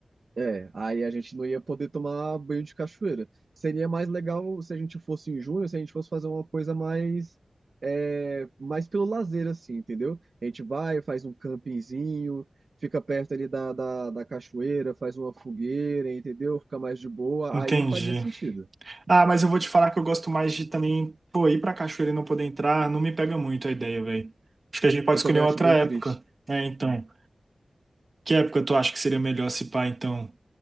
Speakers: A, on the right; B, on the right.
A: É, aí a gente não ia poder tomar banho de cachoeira. Seria mais legal se a gente fosse em junho, se a gente fosse fazer uma coisa mais, é, mais pelo lazer, assim, entendeu? A gente vai, faz um campinzinho, fica perto ali da, da, da cachoeira, faz uma fogueira, entendeu? Fica mais de boa,
B: Entendi.
A: aí faria sentido.
B: Ah, mas eu vou te falar que eu gosto mais de também, pô, ir pra cachoeira e não poder entrar, não me pega muito a ideia, velho. Acho que a gente pode
A: Eu também
B: escolher outra
A: acho bem
B: época.
A: triste.
B: É, então. Que época tu acha que seria melhor se pá, então?